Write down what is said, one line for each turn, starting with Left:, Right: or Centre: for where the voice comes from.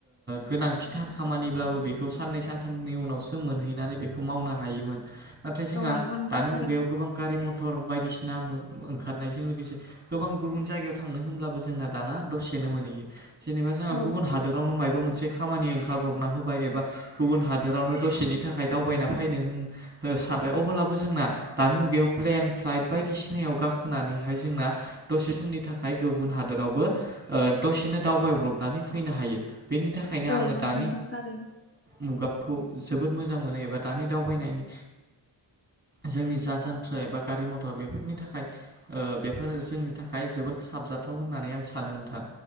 Right: गोनांथिथार खामानिब्लाबो बेखौ साननै सानथामनि उनावसो मोनहैनानै बेखौ मावनो हायोमोन नाथाय जोंहा
Left: औ नंगौ नोंथां
Right: दानि
Left: थारैनो
Right: मुगायाव गोबां गारि मथर बायदिसिना ओंखारनायजों लोगोसे गोबां गुबुन जायगायाव थांनो होनब्लाबो जोंना दाना दसेनो मोनहैयो जेनेबा दा जोंहा
Left: औ
Right: गुबुन हादोरावनो माबबा मोनसे खामानि ओंखारब्रबना होबाय एबा गुबुन हादोरावनो दसेनि थाखाय दावबायना फैनो सानबाय अब्लाबो जोंना दानि मुगायाव प्लेन फ्लाइट बायदिसिना नाय गाखोनानैहाय जोंना दसे समनि थाखाय गुबुन हादोरावबो दसेनो दावबाय थांब्रबनानै फैनो हायो बेनि थाखायनो
Left: औ
Right: आङो
Left: नंगौ
Right: दानि
Left: नोंथां थारैनो
Right: मुगायाव खौ जोबोद मोजां मोनो एबा दानि दावबायनायनि जोंनि जा जान्थ्र एबा गारि मथर बेफोरनि थाखाय बेफोर जोंनि थाखाय जोबोर साबजाथाव होननानै आं सानो नोंथां।